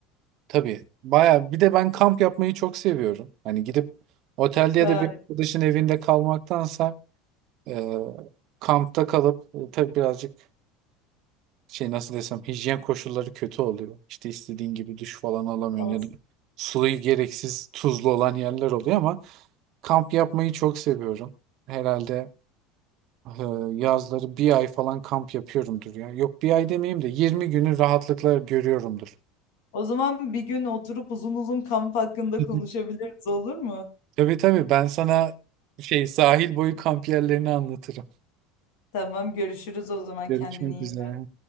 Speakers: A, on the right; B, on the left.
A: tabii baya bir de ben kamp yapmayı çok seviyorum. Hani gidip otelde
B: Süper.
A: ya da bir arkadaşın evinde kalmaktansa Ee, kampta kalıp e, tabii birazcık şey nasıl desem hijyen koşulları kötü oluyor. İşte istediğin gibi duş falan alamıyorsun
B: Olsun.
A: ya da suyu gereksiz tuzlu olan yerler oluyor ama kamp yapmayı çok seviyorum. Herhalde e, yazları bir ay falan kamp yapıyorumdur ya. Yok bir ay demeyeyim de 20 günü rahatlıkla görüyorumdur.
B: O zaman bir gün oturup uzun uzun kamp hakkında
A: <laughs>
B: konuşabiliriz olur mu?
A: Tabii tabii ben sana şey sahil boyu kamp yerlerini anlatırım.
B: Tamam görüşürüz o zaman
A: Görüşmek
B: kendine iyi
A: üzere.